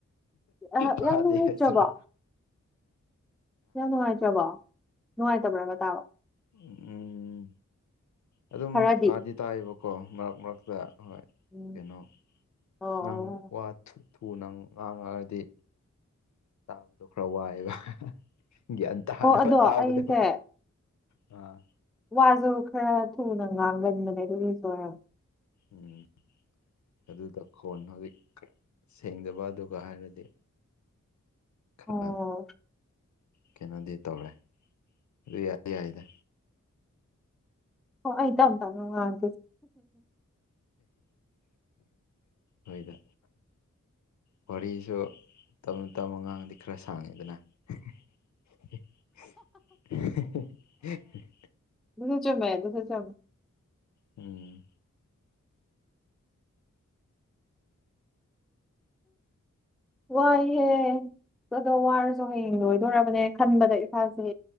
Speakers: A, in the centre; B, on the left (about 70°).
A: ꯑ
B: ꯇꯥꯗꯦ
A: ꯌꯥꯝ ꯅꯨꯡꯉꯥꯏꯇ꯭ꯔꯕꯣ
B: ꯍꯥꯢꯁꯤꯔ
A: ꯌꯥꯝ ꯅꯨꯡꯉꯥꯢꯇ꯭ꯔꯕꯣ ꯅꯨꯡꯉꯥꯏꯇꯕ꯭ꯔꯕ ꯇꯥꯕ
B: ꯎꯝ ꯑꯗꯨꯝ
A: ꯈꯔꯗꯤ
B: ꯇꯥꯗꯤ ꯇꯥꯢꯕꯀꯣ ꯃꯔꯛ ꯃꯔꯛꯇ ꯍꯣꯢ
A: ꯎꯝ
B: ꯀꯩꯅꯣ
A: ꯑꯣ
B: ꯅꯪ ꯋꯥ ꯊꯨ ꯊꯨꯅ ꯉꯥꯡꯉꯛꯑꯗꯤ ꯇꯥꯕꯗꯣ ꯈꯔ ꯋꯥꯢꯕ ꯒ꯭ꯌꯥꯟ ꯇꯥꯅꯕ
A: ꯑꯣ ꯑꯣ ꯑꯗꯣ
B: ꯇꯥꯕꯗꯕ
A: ꯑꯩꯁꯦ
B: ꯑ
A: ꯋꯥꯁꯨ ꯈꯔ ꯊꯨꯅ ꯉꯥꯡꯒꯟꯕꯅꯦ ꯑꯗꯨꯒꯤꯁꯨꯔ <inaudible>
B: ꯎꯝ ꯑꯗꯨꯗ ꯈꯣꯟ ꯍꯧꯖꯤꯛ ꯈ ꯁꯦꯡꯗꯕ ꯑꯗꯨꯒ ꯍꯥꯏꯔꯗꯤ ꯈꯔ
A: ꯑꯣ
B: ꯀꯩꯅꯣꯗꯤ ꯇꯧꯔꯦ ꯑꯗꯨ ꯌꯥꯏ ꯌꯥꯏꯗ
A: ꯍꯣ ꯑꯩ ꯇꯝ ꯇꯞꯅ ꯉꯥꯡꯉꯛꯀꯦꯁꯦ
B: ꯍꯣꯏꯗ ꯋꯥꯔꯤꯁꯨ ꯇꯞꯅ ꯇꯞ ꯑꯉꯥꯡꯗꯤ ꯈꯔ ꯁꯥꯡꯉꯦꯗꯅ <inaudible>
A: ꯑꯗꯨꯁ ꯆꯨꯝꯃꯦ ꯑꯗꯨꯁꯨ ꯆꯨꯝ
B: ꯎꯝ
A: ꯋꯥꯏꯍꯦ ꯀꯗꯣ ꯋꯥꯔꯁꯣ ꯍꯌꯦꯡ ꯂꯣꯏꯗꯣꯔꯔꯕꯅꯦ ꯈꯟꯕꯗ ꯏꯁꯥꯁꯦ